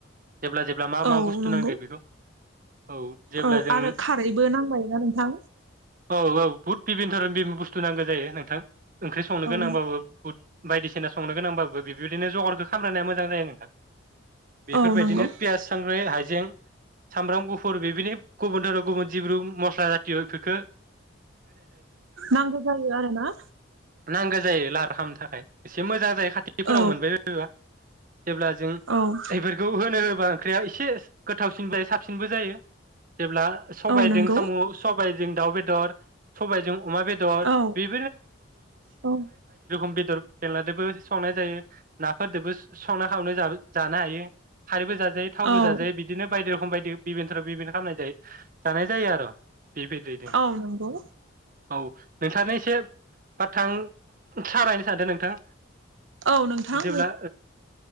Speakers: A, on the right (about 45°); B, on the right (about 75°).
A: -जेब्ला जेब्ला मा
B: औ
A: मा बुस्थु
B: नंगौ
A: नांगौ बेखौ- औ जेब्ला
B: औ
A: जों
B: आरो खारैबो नांबायना नोंथां
A: औ औ बुहुत बिभिनधरन बुस्थु नांगौ जायो नोंथां। ओंख्रि संनो
B: औ
A: गोनांबाबो बहुत बायदिसिना संनो गोनांबाबो बिफोरदिनो जगारखो खालामगो्नाया मोजां जायो नोंथां बेफोरबायदिनो
B: औ नंगौ
A: पियास सांखि् हाइजें हायजें सामब्राम गुफुर बेबादि गुबुनधोरोम गुबुन जिब्रु मस्ला जाथि बेफोरखो
B: नांगौ जायो आरो ना
A: नांगौ जायो लाहार खालामनो थाखाय। एसे मोजां जायो खाथिफोराव
B: औ
A: मोनबाय बायबा जेब्ला जों
B: औ
A: एफोरखौ होनो होब ओंख्रिया एसे गोथावसिन लाय साबसिनबो जायो जेब्ला सबायदों
B: औ नंगौ
A: साम' सब सबायजों दाउ बेदर सबायजों अमा बेदर
B: औ
A: बि
B: औ
A: <inaudible> बेदर बेनलाजोंबो संनाय जायो नाफोरजोंबो संना खावनो जानो हायो खारैबो जाजायो थावबो
B: औ
A: जाजायो बिदिनो बायदि रोखोम रखम बायदि बिबििनथ' बिभिन खालामनाय जायो जानाय जायो आरो बे बेदेदों
B: औ नंगौ
A: औ नोंथांनो एसे बा थां सालायनो सानदों नोंथां
B: औ नोंथां।
A: जेब्ला